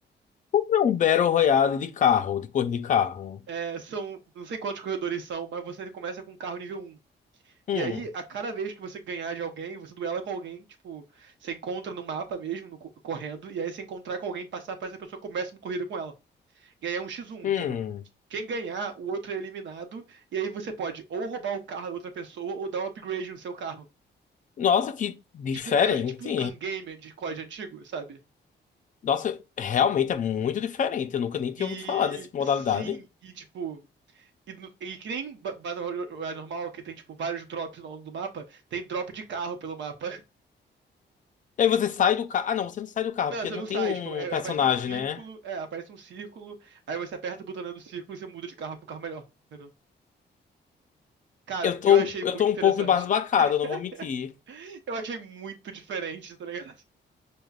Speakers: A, on the left; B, on the right.
A: É um Battle Royale de carro, de corrida de carro.
B: É, são, não sei quantos corredores são, mas você começa com um carro nível um.
A: Hum,
B: E aí, a cada vez que você ganhar de alguém, você duela com alguém, tipo, você encontra no mapa mesmo, no co- correndo, e aí se encontrar com alguém, passar por essa pessoa, começa uma corrida com ela. E aí é um X1,
A: hum.
B: entendeu? Quem ganhar, o outro é eliminado, e aí você pode ou roubar o carro da outra pessoa, ou dar um upgrade no seu carro.
A: Nossa, que diferente.
B: Tipo um gun, tipo um gun game de código antigo, sabe?
A: Nossa, realmente é muito diferente. Eu nunca nem tinha
B: E
A: ouvido falar dessa modalidade.
B: sim, e tipo. E, no- e que nem ba- Battle Royale normal, que tem, tipo, vários drops ao longo do mapa, tem drop de carro pelo mapa. <laughs>
A: E aí você sai do carro. Ah, não, você não sai do carro,
B: Não,
A: porque
B: você
A: não
B: não
A: tem
B: sai,
A: um
B: tipo, é-
A: personagem,
B: aparece um círculo,
A: né?
B: é, aparece um círculo, aí você aperta o botão do círculo e você muda de carro pro carro melhor, entendeu? Cara,
A: Eu tô,
B: eu achei muito
A: eu tô um
B: interessante.
A: pouco embasbacado,
B: <laughs>
A: não vou mentir.
B: Eu achei muito diferente, tá ligado?